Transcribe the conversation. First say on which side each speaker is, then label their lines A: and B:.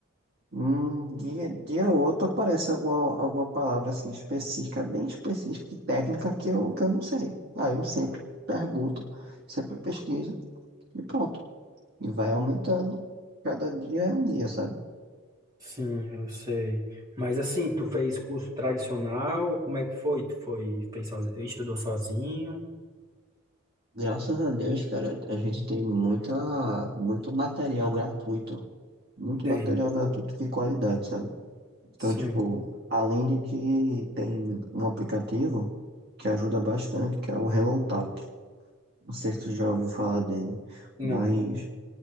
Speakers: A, on the right; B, on the right.
A: Hum, dia, dia ou outro aparece alguma, alguma palavra assim específica, bem específica e técnica que eu, que eu não sei. Aí eu sempre pergunto, sempre pesquiso e pronto. E vai aumentando. Cada dia é um dia, sabe?
B: Sim, eu sei. Mas assim, tu fez curso tradicional? Como é que foi? Tu foi, fez sozinho, estudou sozinho?
A: Graças a Deus, cara, a gente tem muita, muito material gratuito. Muito
B: Tem.
A: material gratuito de qualidade, sabe? Então,
B: Sim.
A: tipo, além de que tem um aplicativo que ajuda bastante, que é o HelloTalk. Não sei se tu já ouviu falar dele,
B: Não.
A: mas